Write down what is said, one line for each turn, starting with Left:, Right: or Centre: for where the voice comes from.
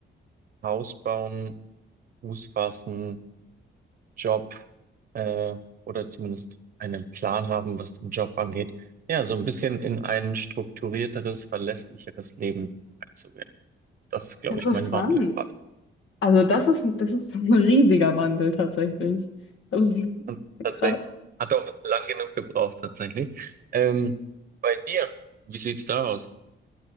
Right: Haus bauen, Fuß fassen, Job äh, oder zumindest einen Plan haben, was den Job angeht, ja, so ein bisschen in ein strukturierteres, verlässlicheres Leben einzugehen. Das ist, glaube
Left: Interessant.
Right: ich, mein Wandel gerade.
Left: Also das ist, das ist <laughs> ein riesiger Wandel tatsächlich. Das ist
Right: Und tatsächlich.
Left: krass.
Right: Hat auch lang genug gebraucht, tatsächlich. Ähm, bei dir, wie sieht's da aus?